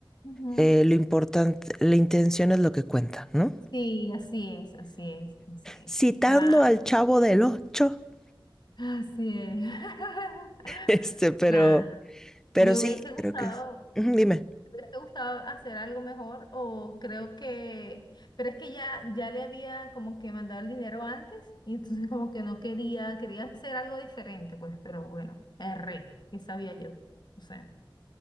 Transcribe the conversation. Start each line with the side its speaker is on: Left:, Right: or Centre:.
Left: Ujú.
Centre: eh, lo importante, la intención es lo que cuenta, ¿no?
Left: Sí, así es, así es, así es.
Centre: Citando
Left: Claro,
Centre: al Chavo del Ocho. <laughs>
Left: así es. <laughs>
Centre: Este, pero,
Left: Claro.
Centre: pero
Left: Me
Centre: sí,
Left: hubiese gustado,
Centre: creo que es. Ujú, Dime.
Left: ¿Te gustaba hacer algo mejor? O creo que, pero es que ya, ya le había como que mandado el dinero antes y entonces como que no quería, quería hacer algo diferente, pues, pero bueno, erré, que sabía yo? O sea.